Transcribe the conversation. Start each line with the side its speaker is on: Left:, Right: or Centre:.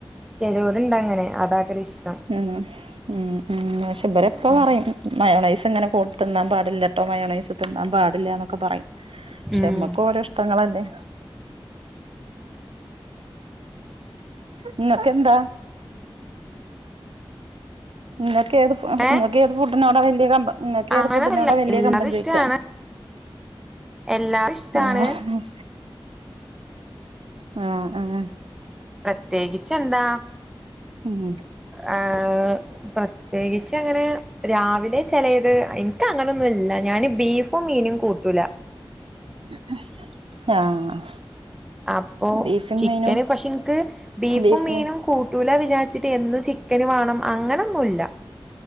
Centre: ചെലോര് ഇണ്ട് അങ്ങനെ അതാഗ്ര -
Right: ആണോ ഉം ഉം മാഷും പറയും ഇപ്പ
Centre: അങ്ങനെ
Right: പറയും മയോണയിസ് ഇത്‌ ഇങ്ങനെ <unintelligible> തിന്നാൻ പാടില്ല ട്ടോ മയോനയിസ് തിനാൻ പാടില്ല യാന്നൊക്കെ പറയും പക്ഷേ
Centre: ഉം
Right: നമ്മക്ക് ഓരോ ഇഷ്ടങ്ങളല്ലേ നിങ്ങക്ക് എന്താ ഇങ്ങക്ക് ഏത്
Centre: ഏ
Right: ഏത് ഫുഡ്ഡിനോടാ വല്ലിയ കമ്പം നിങ്ങക്ക് ഏത്
Centre: അങ്ങനൊന്നല്ല
Right: ഫുഡ്ഡിനോടാ വെല്ല്യ
Centre: എല്ലാതും
Right: കമ്പം ചോയ്ക്ക
Centre: ഇഷ്ടാണ് എല്ലാതും ഇഷ്ടാണ്
Right: ആഹ് ആ
Centre: ത്യേകിച്ചെന്താ
Right: മ്
Centre: ആ ഹ് പ്രത്യേകി ച്ചങ്ങനെ രാവിലെ ചെലേത് എനിക്ക് അങ്ങനൊന്നും ഇല്ല ഞാന് ബീഫും മീനും കൂട്ടൂല
Right: <unintelligible> ആഹ്
Centre: അപ്പൊ
Right: ബീഫും
Centre: ചിക്കന്
Right: മീനും
Centre: പക്ഷെ നിക്ക് ബീഫും
Right: ബീഫിനും
Centre: മീനും കൂട്ടൂല വിചാര്ച്ചിട്ട് എന്നും ചി ചിക്കന് വാണം അങ്ങനൊന്നുല്ല